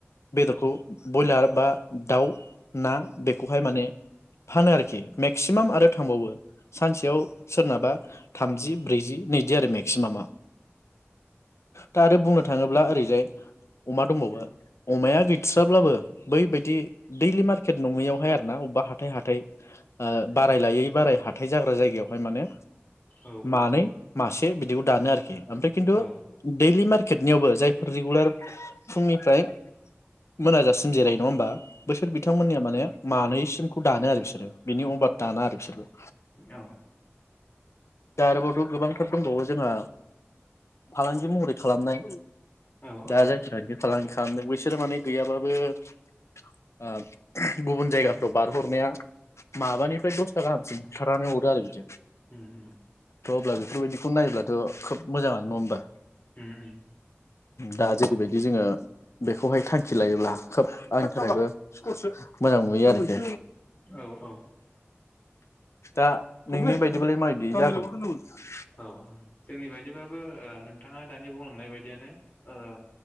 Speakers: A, on the left; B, on the left.
A: बेदरखौ बयलार बा दाउ ना बेखौहाय माने फानो आरोखि मेक्सिमाम आरो थांबावो सानसेयाव सोरनाबा थामजि ब्रैजि नैजि आरो मेक्सिमामा दा आरो बुंनो थाङोब्ला ओरैजाय अमा दंबावो अमाया गैस्राब्लाबो बैबायदि दैलि मार्केट नङैयावहाय आरोना बबेबा हाथाइ हाथाइ ओ बाराय लायै बाराय हााइ जाग्रा जायगायावहाय माने
B: औ औ
A: मानै मासे बिदिखौ दानो आरोखि ओमफ्राय खिन्थु
B: औ
A: दैलि मार्केटनियावबो जायफोर रिगुलार फुंनिफ्राय मोनाजासिम जिरायो नङा होमबा बैसोर बिथांमोननिया माने मानैसिमखौ दानो आरो बिसोरो बिनि अभार दाना आरो बिसोरबो
B: औ
A: दा आरोबावथ' गोबांथार दंबावो जोंहा फालांगि महरै खालामनाय
B: औ औ
A: दा जायखि फालांगि खालामदों बैसोरो माने गैयाबाबो ओ गुबुन जायगाफ्राव बारहरनाया माबानिफ्राय दसथा गाहामसिम बुथारनानै हरो आरो बिदि
B: उम उम
A: थ' अब्ला बेफोरबायदिखौ नायब्लाथ' खोब मोजाङानो नङा होमबा?
B: उम
A: दा जेरैबायदि जोङो बेखौहाय थांखि लायोब्ला खोब आंनि थाखायबो मोजां नुयो आरोखि
B: उम औ औ
A: दा नोंनि बायदिब्लालाय माबायदि जागोन <inaudible>
B: जोंनि बायदिबाबो ओ नोंथाङा दानि बे बुंलांनाय बायदियानो ओ